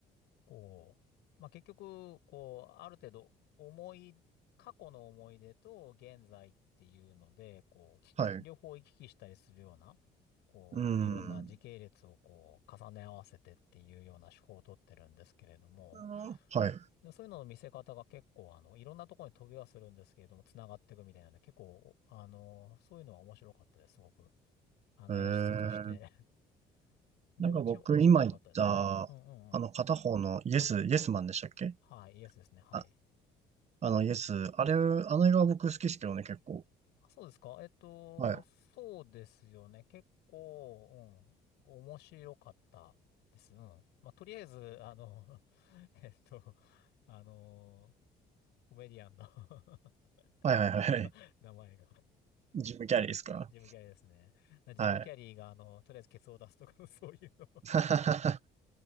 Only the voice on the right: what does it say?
はい。
うん。
あーはい。
えー、
なんか僕今言った、
あの片方のイエス、イエスマンでしたっけ
あ、あのイエス、あれ、あの映画は僕好きですけどね、結構。
はい。
はいはいはい。
ジム・キャリーですか
はい。
<laughs>